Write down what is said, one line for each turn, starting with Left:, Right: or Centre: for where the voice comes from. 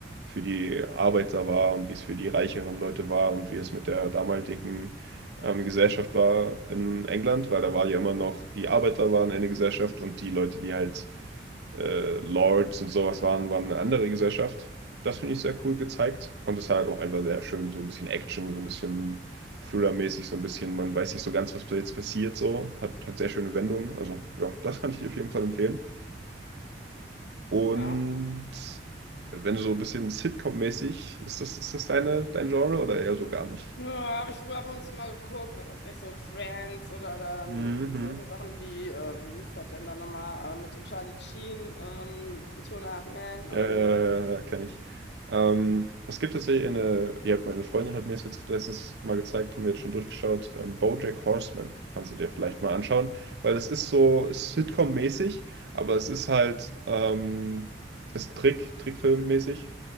Right: für die Arbeiter war und wie es für die reicheren Leute war und wie es mit der damaligen ähm, Gesellschaft war in England, weil da war ja immer noch, die Arbeiter waren eine Gesellschaft und die Leute, die halt äh, Lords und sowas waren, waren eine andere Gesellschaft. Das finde ich sehr cool gezeigt. Und es hat auch einfach sehr schön, so ein bisschen Action, so ein bisschen Thriller-mäßig, so ein bisschen, man weiß nicht so ganz, was jetzt passiert, so. Hat, hat sehr schöne Wendungen. Also, ja, das kann ich dir auf jeden Fall empfehlen. Und
Left: Ja.
Right: wenn du so ein bisschen Sitcom-mäßig, ist das, ist das deine, dein Genre oder eher so gar nicht?
Left: Ja, habe ich früher ab und zu mal geguckt, was weiß ich, so Friends oder dann
Right: Mhm.
Left: solche Sachen wie, äh, wie hieß das denn dann nochmal, äh, mit dem Charlie Sheen, ähm, Two and a Half Men
Right: Ja,
Left: oder
Right: ja,
Left: so.
Right: ja, kenne ich. Ähm, es gibt tatsächlich eine, ja, meine Freundin hat mir das jetzt letztens mal gezeigt, haben wir jetzt schon durchgeschaut, ähm, BoJack Horseman kannst du dir vielleicht mal anschauen, weil es ist so, ist Sitcom-mäßig, aber es ist halt, ähm, ist Trick, Trickfilm-mäßig,